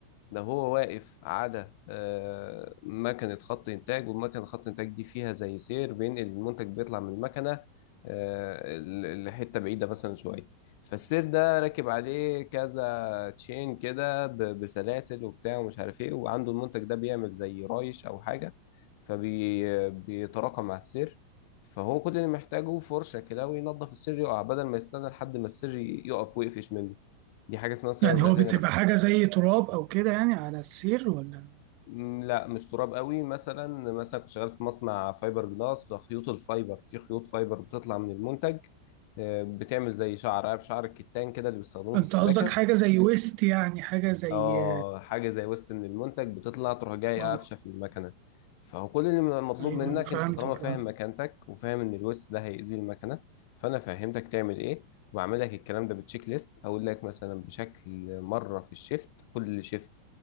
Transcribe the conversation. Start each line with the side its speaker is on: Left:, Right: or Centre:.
Left: ده هو واقف على آه، مكنة خط إنتاج والمكنة خط إنتاج دي فيها زي سير بينقل المنتج بيطلع من المكنة آه، ل- لحتة بعيدة مثلا شوية فالسير ده راكب عليه كذا تشين كده ب- بسلاسل وبتاع ومش عارف ايه وعنده المنتج ده بيعمل زي رايش أو حاجة فبيتراكم مع السير فهو كل اللي محتاجه فرشة كده وينظف السير يقع بدل ما يستنى لحد ما السير ي- يقف ويقفش منه دي حاجة اسمها صيانة
Right: يعني
Left: ذاتية
Right: هو بتبقى حاجة زي تراب أو كده يعني على السير ولا
Left: مم، لا مش تراب قوي مثلا مثلا كنت شغال في مصنع فايبر جلاس فخيوط الفايبر في خيوط فايبر بتطلع من المنتج آه، بتعمل زي شعر عارف شعر الكتان كده اللي بيستخدموه
Right: أنت
Left: في السباكة
Right: قصدك حاجة زي ويست يعني حاجة زي
Left: اه حاجه زي وسط من المنتج بتطلع تروح جاي
Right: اه
Left: قافشه في المكنه فهو كل اللي مطلوب
Right: أيوه
Left: منك
Right: أيوة، فهمتك
Left: انت طالما فاهم
Right: اه
Left: مكانتك وفاهم ان الوسط ده هيأذي المكنه فانا فهمتك تعمل ايه وبعمل لك الكلام ده بتشيك ليست اقول لك مثلا بشكل مره في الشيفت كل شيفت